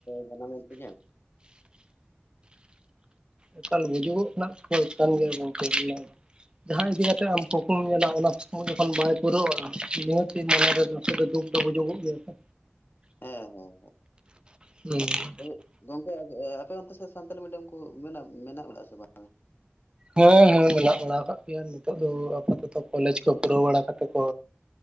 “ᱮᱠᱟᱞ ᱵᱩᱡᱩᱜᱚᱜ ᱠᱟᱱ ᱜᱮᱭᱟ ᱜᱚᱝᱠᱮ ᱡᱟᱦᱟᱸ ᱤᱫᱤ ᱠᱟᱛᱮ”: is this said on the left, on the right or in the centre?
Right